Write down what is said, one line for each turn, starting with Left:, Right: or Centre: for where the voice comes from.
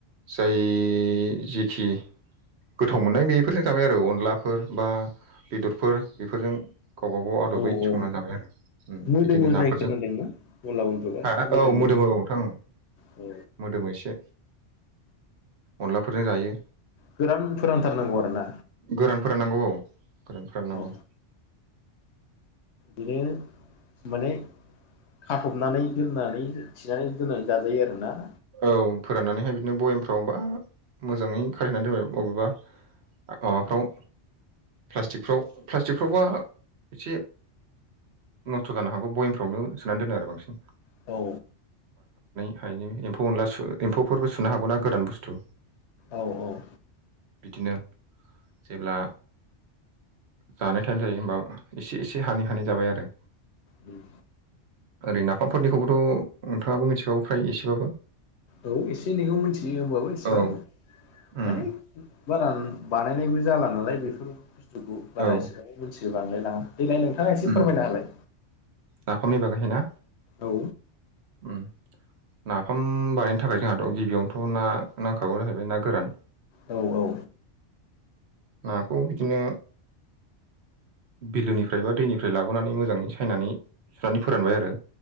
Right: जाय जेखि गोथाव मोननाय बेफोरजों जाबाय आरो अनलाफोर बा बेदरफोर बेफोरजों गावबागाव आदबै
Left: औ औ
Right: संनानै जाबाय आरो
Left: मोदोमो
Right: बिदिनो
Left: होननाय
Right: नाफोरजों
Left: खोनादोंना मुला गुन्द्रुआ एसे
Right: हो
Left: मोदोमो
Right: औ मोदोम औ औ नोंथां।
Left: औ
Right: मोदोमो एसे अनलाफोरजों जायो।
Left: गोरान फोरानथारनांगौ आरोना
Right: गोरान फोराननांगौ औ। गोरान फोराननांगौ।
Left: औ बिदिनो माने खाफबनानै दोननानै थिनानै दोननानै जाजायो आरोना।
Right: औ फोराननानैहाय बिदिनो बयेमफ्राव बा मोजाङै खाथेनानै दोनबाय अबावबा माबाफ्राव प्लास्टिकफ्राव प्लास्टिकफ्रावबा एसे नस्थ' जानो हागौ बयेमफ्रावनो सोनानै दोनो आरो बांसिन।
Left: औ
Right: खायनो एम्फौ अनला एम्फौफोरबो सुनो हागौ ना गोरान बुस्थु।
Left: औ औ
Right: बिदिनो जेब्ला जानाय टाइम जायो होमबा एसे एसे हानै हानै जाबाय आरो।
Left: उम
Right: ओरै नाफामफोरनिखौबोथ' नोंथाङाबो मिथिखागौ फ्राय एसेबाबो।
Left: औ एसे एनैखौ मिथियो होमबाबो इसिबां
Right: औ उम
Left: माने बारा बानायनायबो जाला नालाय बेफोर बुस्थुखौ बारा
Right: औ
Left: एसेबां मिथियो बांलायलाङा। देलाय नोंथाङा एसे
Right: उम
Left: फोरमायना होलाय
Right: नाफामनि बागैहाय ना
Left: औ
Right: उम नाफाम बानायनो थाखाय जोंहाथ' गिबियावनोथ' ना नांखागौ जाहैबाय ना गोरान
Left: औ औ
Right: नाखौ बिदिनो बिलोनिफ्राय बा दैनिफ्राय लाबोनानै मोजाङै सायनानै सुनानै फोरानबाय आरो